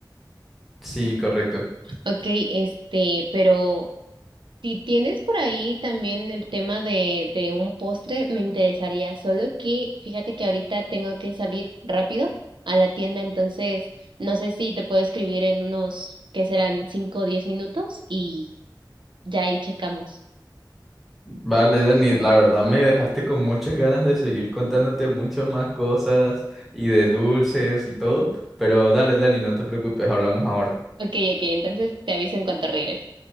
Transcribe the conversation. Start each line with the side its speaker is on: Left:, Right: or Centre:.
Centre: Sí, correcto.
Right: Ok, este, pero si tienes por ahí también el tema de, de un postre, me interesaría. Solo que fíjate que ahorita tengo que salir rápido a la tienda, entonces no sé si te puedo escribir en unos, que serán cinco o diez minutos y ya ahí checamos.
Centre: Vale, Dani, la verdad me dejaste con muchas ganas de seguir contándote muchas más cosas y de dulces y todo, pero dale, Dani, no te preocupes, hablamos ahora.
Right: Ok, ok, entonces te aviso en cuanto regrese.